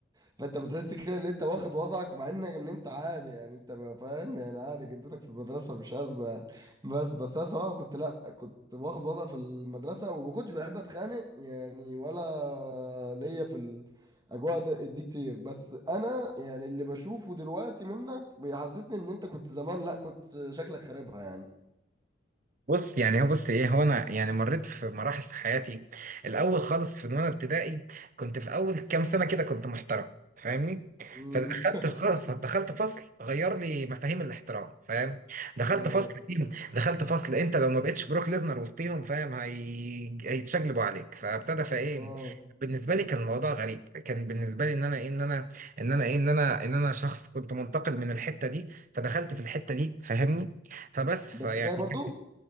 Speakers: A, on the right; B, on the right.
A: فانت بتحس كده ان انت واخد وضعك مع انك ان انت عادي يعني انت ما فاهم يعني عادي جدتك في المدرسه مش ازمه بس بس انا صراحه كنت لا كنت واخد وضع في المدرسه وما كنتش بحب اتخانق يعني ولا ليا في الاجواء ده- دي كتير بس انا يعني اللي بشوفه دلوقتي منك بيحسسني ان انت كنت زمان لا كنت شكلك خاربها يعني
B: بص يعني هو بص ايه هو انا يعني مريت في مراحل في حياتي الاول خالص في وانا ابتدائي كنت في اول كام سنه كده كنت محترم فاهمني
A: مم.
B: فدخلت
A: <laughs>
B: خ- دخلت فصل غير لي مفاهيم الاحترام فاهم دخلت
A: الله
B: فصل فيهم دخلت فصل انت لو ما بقتش بروك ليزنر وسطيهم فاهم هي... هيتشقلبوا عليك فابتدى فايه
A: اه
B: بالنسبه لي كان الموضوع غريب كان بالنسبه لي ان انا ايه ان انا ان انا ايه ان انا ان انا شخص كنت منتقل من الحته دي فدخلت في الحته دي فاهمني فبس فيعني
A: ده ابتدائي برضو
B: كان-